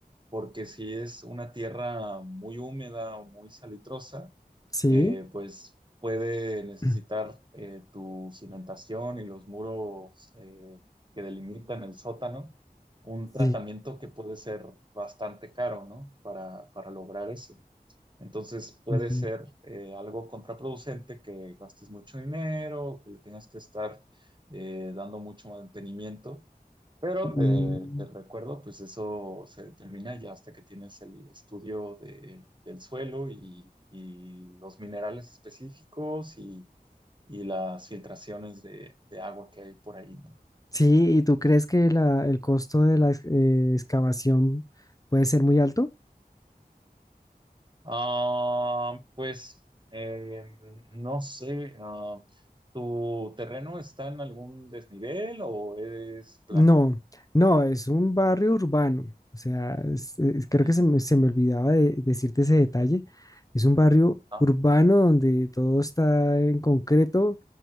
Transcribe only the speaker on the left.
sí,
<clears throat>
sí.
Mm,
mm.
Sí, ¿y tú crees que la- el costo de la ex- eh, excavación puede ser muy alto?
No, no, es un barrio urbano. O sea, es- es- creo
que se me, se me olvidaba de decirte ese detalle. Es un barrio
urbano donde todo está en concreto